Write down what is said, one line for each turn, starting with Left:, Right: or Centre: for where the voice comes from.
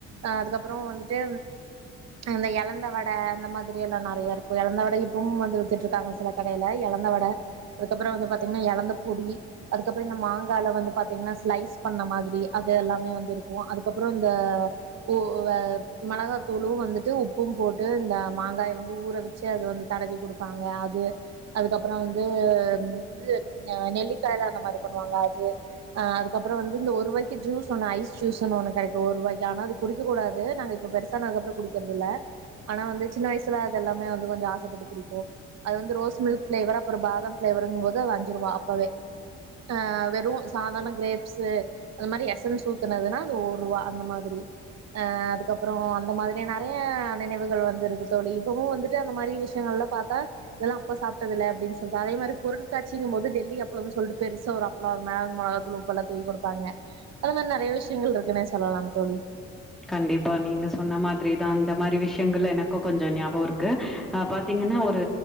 Right: ஆ அதுக்கப்பறோ வந்துட்டு அந்த எலந்த வட அந்த மாரி எல்லா நெறய இருக்கு எலந்த வட இப்பவும் வந்து வித்துட்டு இருக்காங்க சில கடைல எலந்த வட அதுக்கப்பறோ வந்து பாத்தீங்கன்னா எலந்த பொடி அதுக்கப்பறோ இந்த மாங்கால வந்து பாத்தீங்கன்னா ஸ்லைஸ் பண்ண மாதிரி அது எல்லாமே வந்து இருக்கு ஓ அதுக்கப்பறோ இந்த ஓ மொளகாத்தூளு வந்துட்டு உப்பு போட்டு இந்த மாங்காய வந்து ஊற வச் சி அது வந்து தடவி குடுப்பாங்க அது அதுக்கப்பறோ வந்து இது ஆ நெல்லிக்காய்ல அந்த மாரி பண்ணுவாங்க அது ஆ அதுக்கப்புற வந்து இந்த ஒருபாயிக்கு ஜூஸ் ஒன்னு ஐஸ் ஜூஸ்ன்னு ஒன்னு கெடைக்கு ஒரு ரூபாய்க்க ஆனா அது குடிக்கக் கூடாது நாங்க இப்ப பெருசானக்கப்பற குடிக்கிறதுல்ல ஆனா வந்து சின்ன வயசங அதெல்லாமே வந்து கொஞ்ச ஆசப்பட்டு குடிப்போ அது வந்து ரோஸ் மில்க் ஃபிளேவர் அப்பற பாதாம் ஃபிளேவருங்கும் போது அது அஞ்சு ரூபா அப்பவே ஆ வெறு சாதாரண கிரேப்ஸு அந்த மாரி எசன்ஸு ஊத்துனதுன்னா அது ஒருவா அந்த மாதிரி ஆ அதுக்கப்புற அந்த மாதிரி நெறைய நினைவுகள் வந்து இருக்கு தோழி இப்போவு வந்துட்டு அந்த மாரி விஷயங்கள்லா பாத்தா இதெல்லா அப்போ சாப்ட்டதுல அப்டின்னு சொல்லிட்டு அதே மாரி பொருள்காட்சிங்கும் போது டெல்லி அப்ளம் சொல்ட்டு பெருசா ஒரு அப் ளம் அது மேல மெளகாத்தூள் உப்புல்லா தூவி கொடுப்பாங்க அந்த மாரி நெறைய விஷயங்கள் இருக்குன்னே சொல்லலா தோழி
Centre: கண்டிப்பா நீங்க சொன்ன மாதிரிதா அந்த மாதிரி விஷயங்கள்ல எனக்கு கொஞ்ச ஞாபகோ இருக்கு ஆ பாத்தீங்கன்னா ஒரு